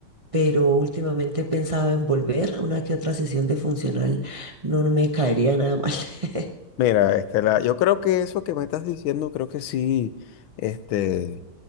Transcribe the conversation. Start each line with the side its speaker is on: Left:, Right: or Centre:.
Right: pero últimamente he pensado en volver una que otra sesión de funcional. No, no me caería nada mal. <laughs>
Left: Mira, Estela, yo creo que eso que me estás diciendo, creo que sí, este,